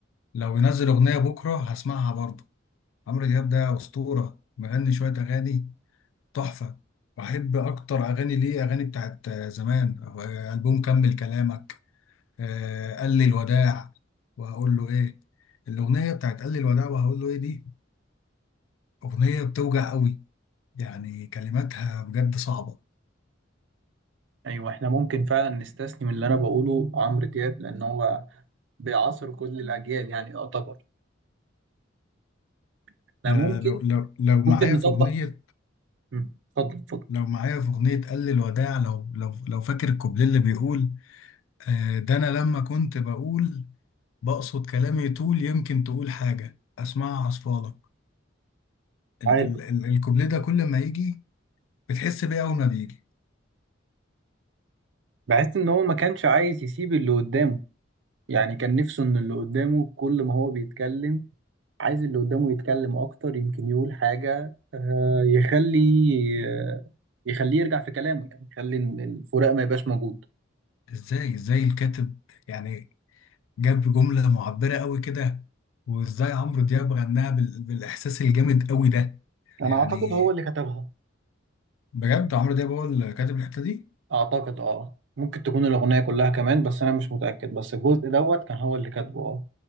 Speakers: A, on the left (about 85°); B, on the right (about 65°).
A: لو ينزل اغنيه بكره هسمعها برضه عمرو دياب ده اسطوره مغني شويه اغاني تحفة بحب أكتر أغاني ليه أغاني بتاعت زمان آه، ألبوم كمل كلامك آه، قال لي الوداع وهقول له إيه الأغنية بتاعت قال لي الوداع وهقول له إيه دي أغنية بتوجع قوي يعني كلماتها بجد صعبة
B: أيوة إحنا ممكن فعلا نستثني من اللي أنا بقوله عمرو دياب لأن هو بيعاصر كل الأجيال يعني يعتبر إحنا
A: آه،
B: ممكن
A: لو لو لو معايا
B: ممكن نطبق
A: في أغنية
B: مم. اتفضل اتفضل
A: لو معايا في أغنية قال لي الوداع لو لو لو فاكر الكوبليه اللي بيقول آه، ده أنا لما كنت بقول بقصد كلامي طول يمكن تقول حاجة أسمعها عصفالك ال
B: عارف
A: ال ال الكوبليه ده كل ما يجي بتحس بيه اول ما بيجي
B: بحس إن هو ما كانش عايز يسيب اللي قدامه يعني كان نفسه إن اللي قدامه كل ما هو بيتكلم عايز اللي قدامه يتكلم أكتر يمكن يقول حاجة آه، يخلي آه، يخليه يرجع في كلامه يعني يخلي ال- الفراق ما يبقاش موجود
A: ازاي ازاي الكاتب يعني جاب جملة معبرة قوي كده وازاي عمرو دياب غناها بال... بالاحساس الجامد قوي ده
B: انا
A: يعني
B: اعتقد هو اللي كتبها
A: بجد عمرو دياب هو اللي كاتب الحتة دي
B: اعتقد اه ممكن تكون الاغنيه كلها كمان بس انا مش متاكد بس الجزء دوت كان هو اللي كاتبه اه